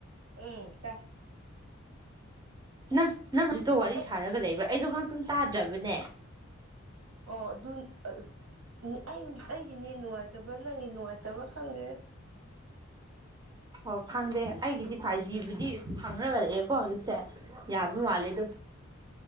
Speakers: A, on the right (about 75°); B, on the right (about 20°).
A: ꯎꯝ ꯇꯥꯏ
B: ꯅꯪ ꯅꯪ ꯍꯧꯖꯤꯛꯇꯣ ꯋꯥꯔꯤ
A: ꯑꯩ
B: ꯁꯥꯔꯒ ꯂꯩꯕ꯭ꯔꯥ ꯑꯩꯗꯣ ꯉꯍꯥꯛꯇꯪ ꯇꯥꯗ꯭ꯔꯕꯅꯦ
A: ꯑꯣ ꯑꯗꯨ ꯑ ꯑꯩ ꯑꯩꯒꯤ ꯅꯦꯠ ꯅꯨꯡꯉꯥꯏꯇꯕ꯭ꯔꯥ ꯅꯪꯒꯤ ꯅꯨꯡꯉꯥꯏꯇꯕ꯭ꯔꯥ ꯈꯪꯗꯦ
B: ꯑꯣ ꯈꯪꯗꯦ ꯑꯩꯒꯤꯗꯤ ꯐꯥꯏꯚ ꯖꯤꯕꯨꯗꯤ ꯐꯪꯔꯒ ꯂꯩꯌꯦꯀꯣ ꯗꯨ ꯁꯦ ꯌꯥꯕ ꯃꯥꯜꯂꯦ ꯗꯨ